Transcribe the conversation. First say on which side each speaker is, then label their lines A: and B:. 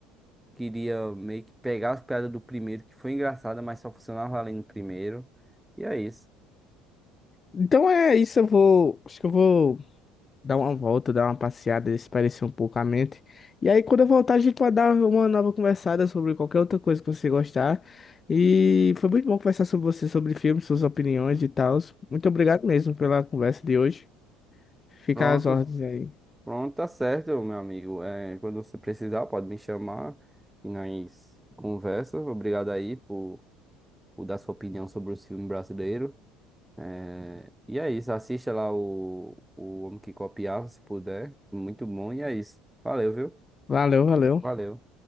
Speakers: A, in the centre; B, on the left.
A: queriam meio que pegar as piadas do primeiro, que foi engraçada, mas só funcionava ali no primeiro. E é isso.
B: Então é isso, eu vou. Acho que eu vou dar uma volta, dar uma passeada, espairecer um pouco a mente. E aí, quando eu voltar, a gente vai dar uma nova conversada sobre qualquer outra coisa que você gostar. E foi muito bom conversar sobre você, sobre filmes, suas opiniões e tal. Muito obrigado mesmo pela conversa de hoje. Fica
A: Pronto,
B: às ordens aí.
A: pronto, tá certo, meu amigo. É, quando você precisar, pode me chamar e nós conversa. Obrigado aí por, por dar sua opinião sobre o filme brasileiro. É, E é isso, assista lá o, o Homem que Copiava, se puder. Muito bom, e é isso. Valeu, viu?
B: Valeu, valeu.
A: Valeu.